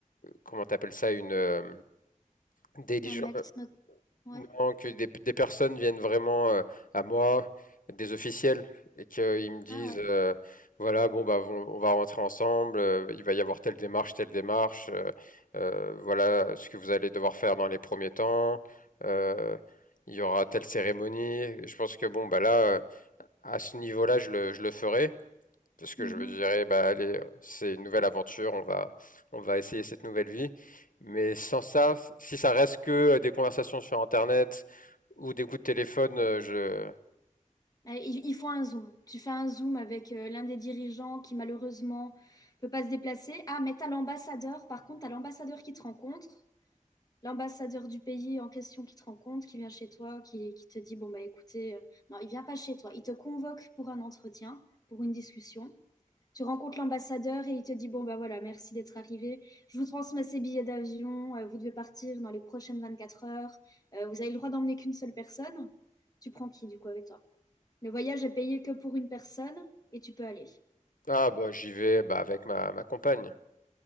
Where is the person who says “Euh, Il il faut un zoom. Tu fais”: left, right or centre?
Left